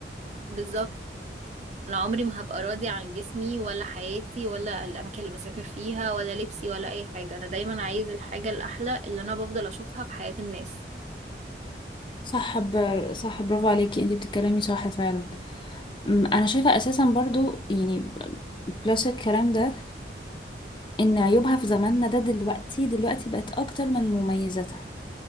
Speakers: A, on the right; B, on the left.
A: بالظبط انا عمري ما هبقى راضي عن جسمي ولا حياتي ولا الاماكن اللي بسافر فيها ولا لبسي ولا اي حاجة انا دايما عايز الحاجة الاحلى اللي انا بفضل اشوفها في حياة الناس
B: صح ب... صح برافو عليكي انتي بتتكلمي صح فعلا أم، انا شايفة اساسا برضو يعني بلس الكلام ده ان عيوبها في زماننا ده دلوقتي دلوقتي بقت اكتر من مميزاتها